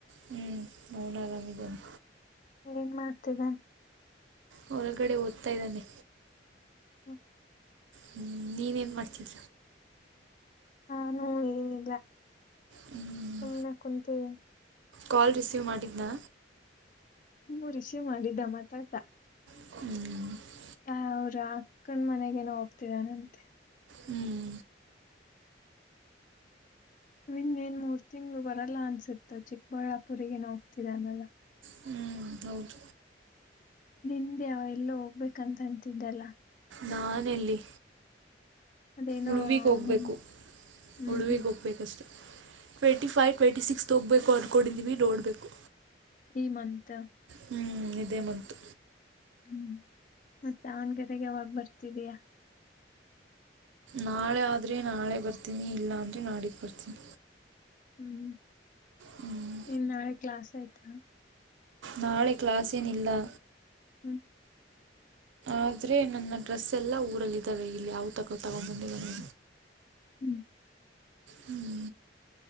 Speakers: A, on the right (about 80°); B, on the left (about 45°).
A: ಹ್ಮ್ ನನ ಗಾಮಿ ಗಾಮಿ
B: ಎನ್ ಮಾಡ್ತಿರ.
A: ಹೊರಗಡೆ ಓದ್ತಾ ಇದ್ದಾನೆ.
B: ಹುಂ
A: ಹ ನೀನೇನು ಮಾಡ್ತಿಯಾ
B: ಹಾನೂ ಏನಿಲ್ಲಾ
A: ಹ್ಞೂ
B: ಸುಮ್ಮ್ನೆ ಕುಂತಿವಿ-
A: ಕಾಲ್ ರಿಸೀವ್ ಮಾಡಿದ್ದನಾ.
B: ಹು ರಿಸೀವ್ ಮಾಡಿದ್ದಾ ಮಾತಾಡದಾ
A: ಹು
B: ಆ ಅವ್ರ ಅಕ್ಕನ ಮನೆಗೇನ ಹೋಗ್ತಿದಾನಂತೆ.
A: ಹುಂ
B: ವೀನ್ ಎನ್ ಮೂರ್ ತಿಂಗಳು ಬರಲ್ಲಾ ಅನ್ಸುತ್ತೆ ಚಿಕ್ಕಬಳ್ಳಾಪುರಿಗೆ ಹೋಗ್ತಿದಾನಲ್ಲಾ
A: ಹುಂ ಹೌದು
B: ನಿನ್ನೆ ಅವ ಎಲ್ಲೋ ಹೋಗ್ಬೇಕಂತ ಅಂತಿದ್ದಲ್ಲಾ
A: ನಾನ ಎಲ್ಲಿ
B: ಅದೇನೋ
A: ಉಳುವಿಗೆೋಗ್ಬೇಕು
B: ನಿನ್ ಹ್ಮ್
A: ಉಳುವಿಗೆ ಹೋಗ್ಬೇಕಷ್ಟೆ ಟ್ವೆೇಂಟಿ ಫೈವ್ ಟ್ವೆಂಟಿ ಸಿಕ್ಸ್ ತ್ ಹೋಗಬೇಕು ಅಂದ್ಕೊಂಡಿದ್ದೀವಿ ನೋಡಬೇಕು.
B: ಈ ಮಂತ್
A: ಹುಂ ಇದೇ ಮಂತು
B: ಹುಂ ಮತ್ತೆ ದಾವಣಗೆರೆಗೆ ಯಾವಾಗ್ ಬರ್ತಿದಿಯಾ
A: ನಾಳೆ ಆದರೆ ನಾಳೆ ಬರ್ತೀನಿ ಇಲ್ಲಾ ಅಂದರೆ ನಾಡಿದ್ ಬರ್ತೀನಿ.
B: ಹುಂ
A: ಹ್ಮ್
B: ಇನ್ ನಾಳಿಗ ಕ್ಲಾಸ್ ಐಯ್ತಾ
A: ನಾಳಿಗ ಕ್ಲಾಸ್ ಏನಿಲ್ಲಾ
B: ಹುಂ
A: ಆದ್ರೆ ನನ್ನ ಡ್ರೆಸ್ ಎಲ್ಲಾ ಊರಲ್ಲಿ ಇದ್ದಾವೆ ಇಲ್ಲಿ ಯಾವು ತಗೊ ತಗೊಂಬಂದಿಲಾ ನ
B: ಹುಂ
A: ಹುಂ